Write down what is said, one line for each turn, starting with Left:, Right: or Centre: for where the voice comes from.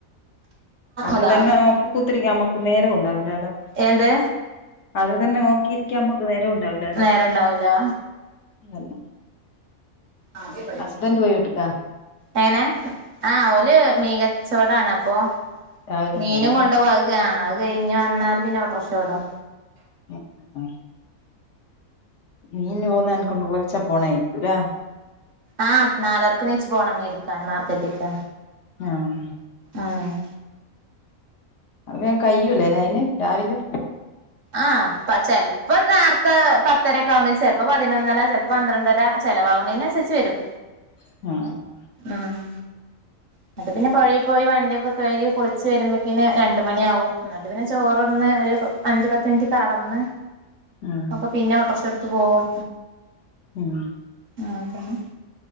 Left: അത്
Right: അതാ,
Left: തന്നെ നോക്കി കുത്തിരിക്കാൻ നമ്മക്ക് നേരം ഉണ്ടാവില്ലാലോ
Right: എന്ത്?
Left: അത് തന്നെ നോക്കിയിരിക്കാ നമുക്ക് നേരോണ്ടാവ് ല്ല
Right: നേരണ്ടാവ് ല.
Left: അതന്നെ
Right: അതെ
Left: ഹസ്ബൻഡ് പോയോട്ട്ക്കാ
Right: എങ്ങനെ? ആഹ് ഓല് മീൻ കച്ചോടാണ് അപ്പോ?
Left: രാവിലെ
Right: മീനും
Left: പോവുല്ലേ
Right: കൊണ്ട് പൊയ്ക്കാണ്, അത് കഴിഞ്ഞ് വന്നാല് പിന്നെ ഓട്ട്രഷോടും.
Left: ആ ആ മീന് പോക്ണോണ്ട് പൊലർച്ച പോണേയിക്കും ലേ?
Right: ആഹ് നാലരക്ക് നീച്ചു പോണം മീൻ എടുക്കാൻ മാർക്കറ്റക്ക്.
Left: ആഹ്
Right: ആഹ്
Left: അങ്ങനെ കയ്യൂല്ലേ അയിന് രാവിലെ?
Right: ആ ചെലപ്പ നേർത്തെ പത്തര ഒക്കെ ആകുമ്പോ ചെലപ്പോ പതിനൊന്നര ചലപ്പോ പന്ത്രണ്ടര. ചെലവാവ്ണിനന്സരിച്ച് വരും.
Left: ആഹ്
Right: ആഹ് എന്നിട്ട് പിന്നെ പുഴയി പോയി വണ്ടിയൊക്കെ കഴുകി കുളിച്ച് വരുമ്പോഴക്കിന് രണ്ട് മണിയാവും, എന്നിട്ട് പിന്നെ ചോറൊന്ന് ഒരു അഞ്ച് പത്ത് മിനിറ്റ് കടന്ന്...
Left: ഉം.
Right: അപ്പൊ പിന്നെ ഓട്ടർശെടുത്ത് പോകും.
Left: ഉം.
Right: ആഹ് തന്നെ